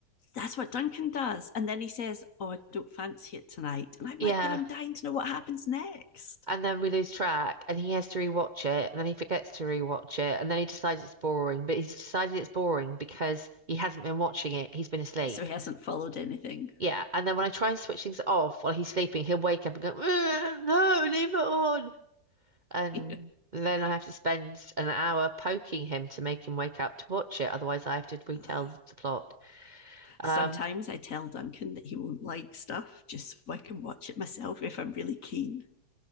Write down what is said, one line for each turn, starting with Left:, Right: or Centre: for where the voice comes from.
Left: that's what Duncan does? And then he says, "Oh, I don't fancy it tonight," and I'm like,
Right: Yeah.
Left: "But I'm dying to know what happens next."
Right: And then we lose track and he has to rewatch it and then he forgets to rewatch it and then he decides it's boring, but he's decided it's boring because he hasn't been watching it. He's been asleep.
Left: So he hasn't followed anything.
Right: Yeah, and then when I try and switch things off while he's sleeping, he'll wake up and go, "Mm, "No, leave it on." And
Left: <laughs>
Right: then I have to spend an hour poking him to make him wake up to watch it. Otherwise, I have to retell
Left: Oh,
Right: the plot. Um,
Left: Sometimes I tell Duncan that he won't like stuff just so I can watch it myself if I'm really keen.